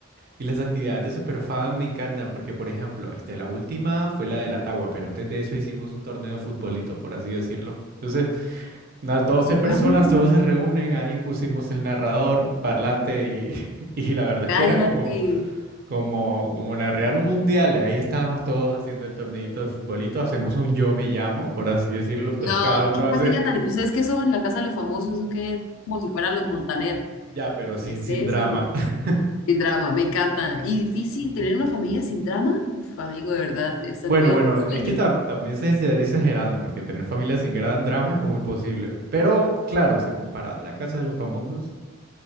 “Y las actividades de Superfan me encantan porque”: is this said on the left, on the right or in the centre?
Right